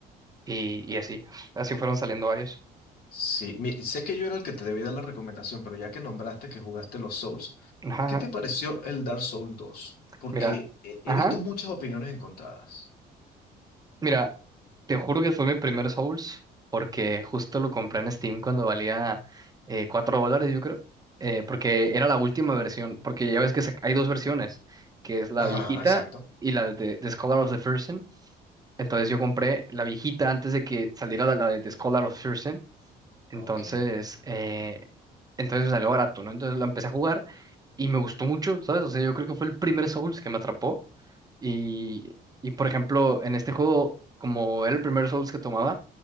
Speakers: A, on the right (about 20°); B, on the left (about 65°).
A: y, y así. Así fueron saliendo varios.
B: Sí, mi- sé que yo era el que te debía dar la recomendación, pero ya que nombraste que jugaste los Souls,
A: Ajá,
B: ¿qué te
A: ajá.
B: pareció el Dark Souls 2? Porque
A: Mira,
B: he,
A: ajá,
B: he visto muchas opiniones encontradas.
A: mira, te juro que fue mi primer Souls, porque justo lo compré en Steam cuando valía eh, 4 dólares, yo creo, eh, porque era la última versión, porque ya ves que sac- hay dos versiones, que es la
B: Ajá,
A: viejita
B: exacto.
A: y la de, de Scholar of the First Entonces yo compré la viejita antes de que saliera la, la de The Scholar of Thurston. Entonces,
B: Ok.
A: eh, entonces me salió barato, ¿no? Entonces la empecé a jugar y me gustó mucho, ¿sabes? O sea, yo creo que fue el primer Souls que me atrapó. Y, y por ejemplo, en este juego, como era el primer Souls que tomaba,